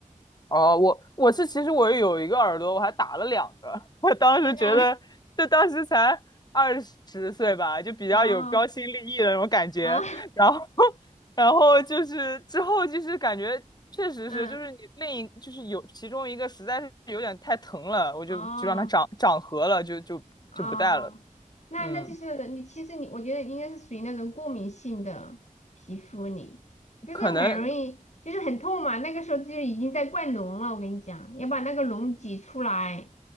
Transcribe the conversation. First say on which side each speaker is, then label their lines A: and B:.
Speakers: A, on the left; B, on the left.
A: 哦，我我是其实我有一个耳朵，我还打了两个。<laughs> 我当时觉得，
B: 真的
A: 就当时才二十岁吧，就比较有标新立异的那种感觉。
B: 哦啊，
A: 然后，<laughs> 然后就是之后就是感觉确实是，
B: <laughs> 嗯
A: 就是你另一就是有其中一个实在是有点太疼了，我就就让它长长合了，
B: 哦
A: 就就就不戴了。
B: 哦，那那就是你其实你我觉得应该是属于那种过敏性的皮肤你，
A: 嗯，
B: 就是很容易就是很痛嘛，
A: 可能。
B: 那个时候就已经在灌脓了，我跟你讲，要把那个脓挤出来。